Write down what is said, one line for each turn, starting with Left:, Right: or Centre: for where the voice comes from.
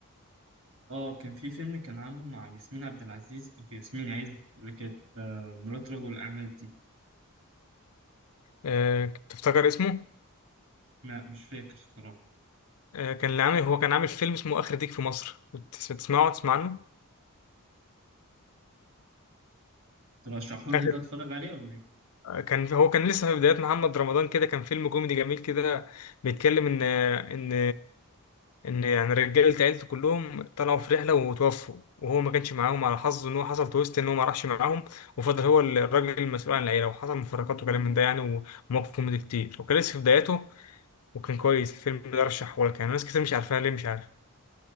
Right: اه كان في فيلم كان عامله مع ياسمين عبد العزيز او ياسمين عز اللي كانت آه، مرات رجل الأعمال دي
Left: آه، تفتكر اسمه
Right: لا مش فاكر الصراحة
Left: آه، كان اللي عامل هو كان عامل فيلم اسمه آخر ديك في مصر بتس- بتسمعه تسمع عنه
Right: ترشحوا
Left: آخر
Right: لي ده اتفرج عليه ولا ايه؟
Left: آه، كان هو كان لسه في بدايات محمد رمضان كده كان فيلم كوميدي جميل كده بيتكلم ان ان ان يعني رجاله عيلته كلهم طلعوا في رحله وتوفوا وهو ما كانش معاهم على حظه ان هو حصل تويست ان هو ما راحش معاهم وفضل هو الراجل المسؤول عن العيله وحصل مفارقات وكلام من ده يعني ومواقف كوميدي كتير وكان لسه في بداياته وكان كويس الفيلم ده رشحه لك يعني ناس كتير مش عارفاه ليه مش عارف